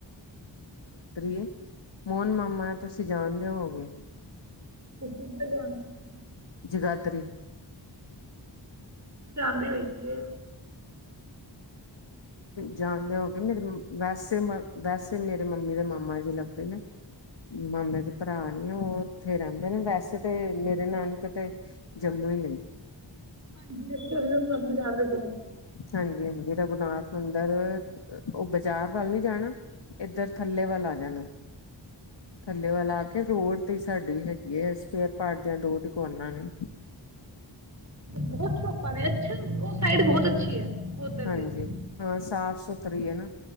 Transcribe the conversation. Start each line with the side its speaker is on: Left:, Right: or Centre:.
Left: ਹੈ। ਮੋਹਨ ਮਾਮਾ ਤੁਸੀਂ ਜਾਣਦੇ ਹੋ, <unintelligible>
Right: <unintelligible>
Left: ਜਗਾਤਰੀ,
Right: ਜਾਂਦੇ ਹੋਈ ਏ,
Left: ਜਾਣਦੇ ਹੋਗੇ ਮੇਰੇ ਵੈਸੇ ਮ ਵੈਸੇ ਮੇਰੇ ਮੰਮੀ ਦੇ ਮਾਮਾ ਜੀ ਲੱਗਦੇ ਨੇ, ਮਾਮੇ ਦੇ ਭਰਾ ਨੀ ਹੋਰ? ਉੱਥੇ ਰਹਿੰਦੇ ਨੇ ਵੈਸੇ ਤੇ ਮੇਰੇ ਨਾਨਕੇ ਕਿਤੇ ਜੰਮੂ ਹੀ ਨੇ,
Right: ਬਾਜ਼ਾਰ <unintelligible>
Left: ਹਾਂਜੀ- ਹਾਂਜੀ, ਜਗੁਨਾਥ ਮੰਦਿਰ, ਉਹ ਬਾਜ਼ਾਰ ਵੱਲ ਨਹੀਂ ਜਾਣਾ? ਇੱਧਰ ਥੱਲੇ ਵੱਲ ਆ ਜਾਣਾ, ਥੱਲੇ ਵੱਲ ਆ ਕੇ ਰੋਡ ਉਥੇ ਈ ਸਾਡੀ ਹੈਗੀ ਏ ਸਪੇਅਰ ਪਾਰਟ ਦੀਆਂ ਦੋ ਦੁਕਾਨਾਂ ਨੇ।
Right: ਬਹੁਤ ਸ਼ੋਪਾ ਨੇ ਅੱਛਾ ਉਹ ਸਾਈਡ ਬਹੁਤ ਅੱਛੀ ਹੈ। ਉਧਰ
Left: ਹਾਂਜੀ
Right: ਲਈ
Left: ਹਾਂ ਸਾਫ਼-ਸੁਥਰੀ ਏ ਨਾ,